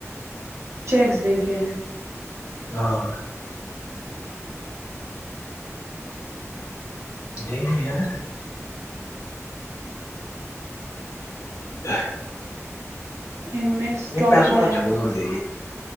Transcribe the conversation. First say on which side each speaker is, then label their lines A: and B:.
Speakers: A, on the right (about 70°); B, on the left (about 70°).
A: چیکس دیکے ہے
B: ہاں دنی ہے نا <inaudible>
A: ان نوں نے اسٹاک
B: ان پیسوں
A: لایا
B: کا چھوڑ دے